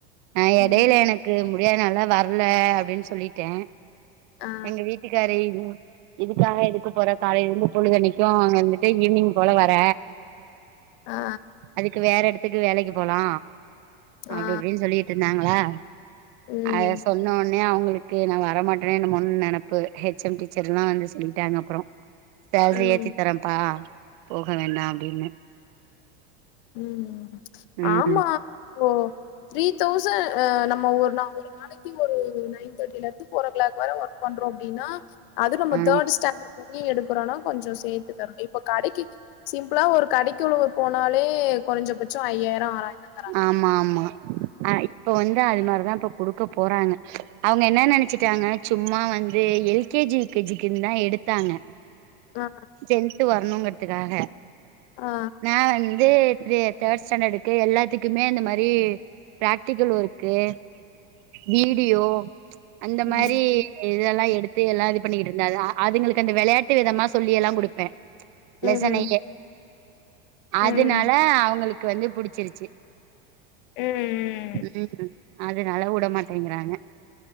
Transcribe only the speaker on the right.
ஆ
எடைல எனக் முடியாது நாலா வர்ல அப்டின் சொல்லிட்டே
எங்க வீட்டுக்காரு <inaudible> இதுக்காக எதுக்கு போற காலைலர்ந்து பொழுதன்னைக்கு அங்கர்ந்துட்டு ஈவ்னிங் போல வர
அதுக்கு வேற எடத்துக்கு வேலைக்கு போலா அப்டி
இப்டின் சொல்லி ட்ருந்தாங்ளா
அத சொன்னோன்னையு அவுங்களுக்கு நா வரமாட்டனோ என்னமோன் நெனப்பு ஹெச் எம் டீச்சர்லா வந்து சொல்லிட்டாங்க அப்றோ சேல்ரி
ஏத்தி தரேன்ப்பா போக வேணா அப்டின்னு
ம்
ஆ
ஆமா ஆமா அ இப்ப வந்து அது மாரிதா இப்ப குடுக்க போறாங்க அவங்க என்ன நினைச்சுட்டாங்க சும்மா வந்து எழ் K G U K G க்குன் தா எடுத்தாங்க
டென்த் வரணுங்கிறதுக்காக
நா வந்து வந்து தே தே தேர்ட் ஸ்டாண்டர்ட்க்கு எல்லாத்துக்குமே இந்த மாரி பிராக்டிகல் ஒரு க்கு வீடியோ அந்த
மாரி இதெல்லா எடுத்து எல்லா இது பண்ணிக்கிட்டு இருந்தா அதுங்களுக்கு அந்த விளையாட்டு விதமா சொல்லி எல்லா குடுப்ப
லெசனையே அதனால
அவங்களுக்கு வந்து புடிச்சிருச்சு
ம் அதனால உட மாட்டங்கிறாங்க